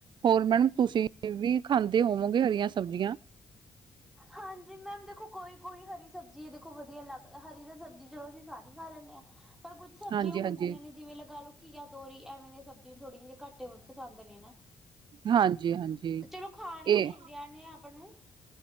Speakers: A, on the right; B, in the centre.
A: ਹੋਰ ਮੈਮ ਤੁਸੀਂ ਵੀ ਖਾਂਦੇ ਹੋਵੋਂਗੇ ਹਰੀਆਂ ਸਬਜ਼ੀਆਂ।
B: ਹਾਂਜੀ ਮੈਮ ਦੇਖੋ ਕੋਈ ਕੋਈ ਹਰੀ ਸਬਜ਼ੀ ਏ ਦੇਖੋ ਵਧੀਆ ਲੱਗ, ਹਰੀ ਤੇ ਸਬਜ਼ੀ ਚਲੋ ਅਸੀਂ ਸਾਰੀ ਖਾ ਲੈਂਣੇ ਆਂ। ਪਰ ਕੁੱਝ ਸਬਜ਼ੀਆਂ
A: ਹਾਂਜੀ ਹਾਂਜੀ
B: ਹੁੰਦੀਆਂ ਨੇ ਜਿਵੇਂ ਲਗਾ ਲੋ- ਘੀਆ ਤੋਰੀ ਐਵੇਂ ਦੀਆਂ ਸਬਜ਼ੀਆਂ ਥੋੜ੍ਹੀਆਂ ਜੀਆਂ ਘੱਟ ਏ ਪਸੰਦ ਨੇ ਨਾ।
A: ਹਾਂਜੀ ਹਾਂਜੀ
B: ਚਲੋ ਖਾਣੀਆਂ
A: ਇਹ
B: ਚਾਹੀਦੀਆਂ ਨੇ ਆਪ ਨੂੰ।